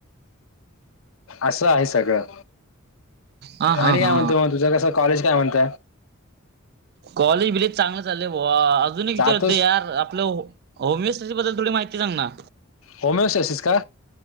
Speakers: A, on the left (about 75°); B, on the right (about 50°).
A: असं आहे सगळं.
B: हा हा
A: आणि काय
B: हा
A: म्हणत मग तुझं कस कॉलेज काय म्हणत.
B: कॉलेज बिलेज चांगलं चाललंय भावा अजून एक विचारत
A: जातोस
B: यार आपलं होमिस्ट्री बद्दल. थोडी माहिती सांग ना.
A: होमिओसोसिस का,